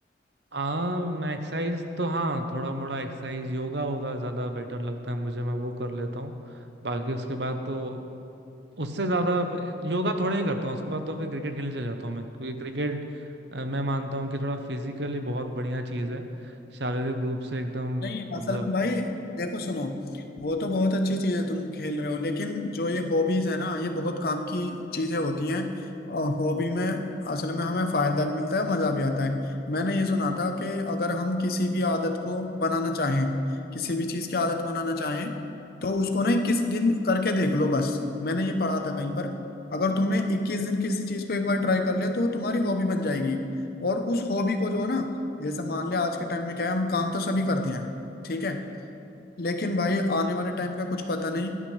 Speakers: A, on the right; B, on the left.
A: आम एक्सरसाइज तो हाँ थोड़ा मोड़ा एक्सरसाइज योगा होगा ज्यादा बेटर लगता है मुझे मैं वो कर लेता हूँ बाकी उसके बाद तो उससे ज्यादा फिर- योगा थोड़ा ही करता हूँ उसके बाद तो फिर क्रिकेट खेलने चल जाता हूँ मैं क्योंकि क्रिकेट अ, मैं मानता हूँ कि थोड़ा फिजिकली बहुत बढ़िया चीज है शारीरिक रूप से एकदम
B: नहीं
A: मतलब
B: असल में भाई देखो सुनो वो तो बहुत अच्छी चीज है तुम खेल रहे हो लेकिन जो ये हॉबीज है ना ये बहुत काम की चीजें होती हैं और हॉबी में असल में हमें फायदा भी मिलता है मजा भी आता है मैंने ये सुना था कि अगर हम किसी भी आदत को बनाना चाहें किसी भी चीज की आदत बनाना चाहें तो उसको ना इक्कीस दिन करके देख लो बस मैंने ये पढ़ा था कहीं पर अगर तुमने इक्कीस दिन किसी चीज को एक बार ट्राई कर लिया तो वो तुम्हारी हॉबी बन जाएगी और उस हॉबी को जो है ना जैसे मान लिया आज के टाइम में क्या है हम काम तो सभी करते हैं ठीक है लेकिन भाई आने वाले टाइम का कुछ पता नहीं